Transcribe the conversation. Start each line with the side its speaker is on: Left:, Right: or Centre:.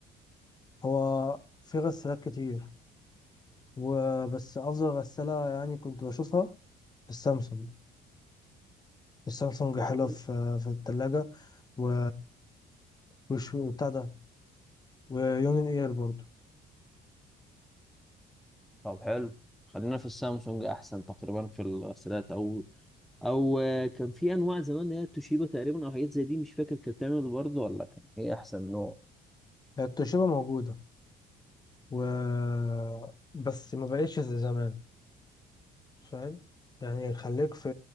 Left: هو في غسالات كتير وبس أفضل غسالة يعني كنت بشوفها السامسونج السامسونج
Centre: برضه.
Left: حلوة في في التلاجة و وش بتاع ده ويونين اير برضو
Centre: طب حلو خلينا في السامسونج احسن تقريبا في الغسالات او او آه، كان في انواع زمان اللي هي توشيبا تقريبا او حاجات زي دي مش فاكر كانت بتعمل برضه ولا كان ايه احسن نوع
Left: التوشيبا موجودة و بس ما بقتش زي زمان فاهم يعني خليك في